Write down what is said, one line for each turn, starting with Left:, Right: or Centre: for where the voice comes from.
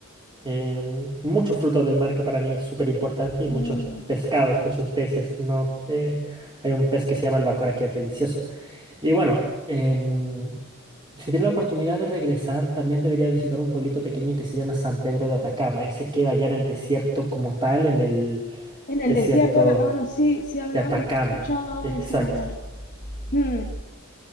Right: Em, muchos frutos del mar que para mí es súper importante y
Left: mm.
Right: muchos pescados, muchos peces, ¿no? Eh, hay un pez que se llama albacora que es delicioso. Y bueno, em, si tienes la oportunidad de regresar, también debería visitar un pueblito pequeño que se llama San Pedro de Atacama. Ese queda allá en el desierto como tal, en el
Left: En el
Right: desierto
Left: desierto de Atacama, no, sí, sí he hablado,
Right: de Atacama.
Left: he escuchado
Right: Exacto.
Left: de ese lugar. Mm,